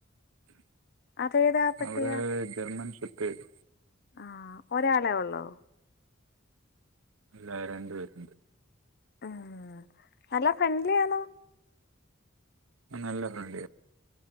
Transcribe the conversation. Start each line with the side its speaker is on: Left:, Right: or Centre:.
Left: അതേതാ പട്ടിയാ
Right: അവിടേ ജർമ്മൻ ഷേപ്പേട്.
Left: ആഹ് ഒരാളെ ഒള്ളോ?
Right: ഇല്ല രണ്ടു പേരുണ്ട്.
Left: ആഹ് നല്ല ഫ്രണ്ട്ലി ആണോ?
Right: ഉം നല്ല ഫ്രണ്ട്ലിയ